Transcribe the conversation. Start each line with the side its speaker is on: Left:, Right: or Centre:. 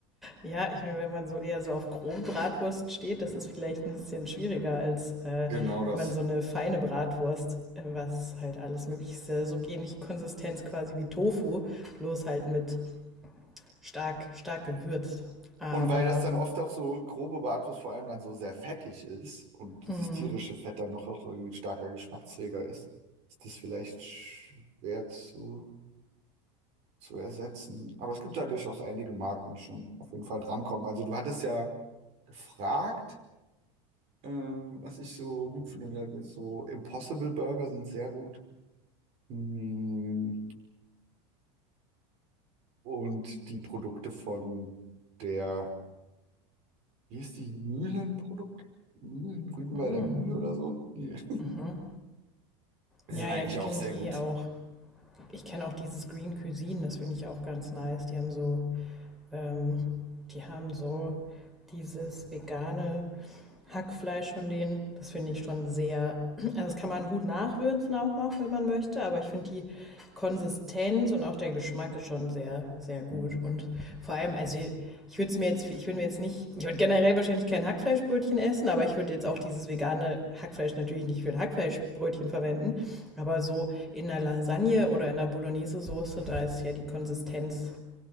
Centre: ja, ich meine, wenn man so eher so auf Kronbratwurst steht, das ist vielleicht ein bisschen schwieriger, als äh,
Right: Genau das.
Centre: wenn man so eine feine Bratwurst, äh, was halt alles möglich ist, äh, so ähnlich Konsistenz quasi wie Tofu, bloß halt mit stark, stark gewürzt. Aber
Right: Und weil das dann oft auch so grobe Bratwurst vor allem dann so sehr fettig ist und dieses
Centre: mm,
Right: tierische Fett dann noch auch irgendwie ein starker Geschmacksträger ist, ist das vielleicht schwer zu zu ersetzen. Aber es gibt ja durchaus einige Marken, die schon auf jeden Fall drankommen. Also du hattest ja gefragt, ähm, was ich so gut finde. So Impossible Burger sind sehr gut. Mm, Und die Produkte von der, wie ist die, Mühlenprodukt? Mühlen, Rügenwalder
Centre: mm,
Right: Mühle oder so? Die, <laughs>
Centre: mhm.
Right: die
Centre: Ja,
Right: sind eigentlich
Centre: ja, die kenne
Right: auch sehr
Centre: ich eh
Right: gut.
Centre: auch. Ich kenne auch dieses Green Cuisine, das finde ich auch ganz nice. Die haben so, ähm, die haben so dieses vegane Hackfleisch von denen. Das finde ich schon sehr. <clears throat> Also das kann man gut nachwürzen auch noch, wenn man möchte. Aber ich finde die Konsistenz und auch der Geschmack ist schon sehr, sehr gut.
Right: Hm.
Centre: Und vor allem, also ich würde es mir jetzt, ich würde mir jetzt nicht, ich würde generell wahrscheinlich kein Hackfleischbrötchen essen, aber ich würde jetzt auch dieses vegane Hackfleisch natürlich nicht für ein Hackfleischbrötchen verwenden. Aber so in einer Lasagne oder in einer Bolognese-Soße, da ist ja die Konsistenz,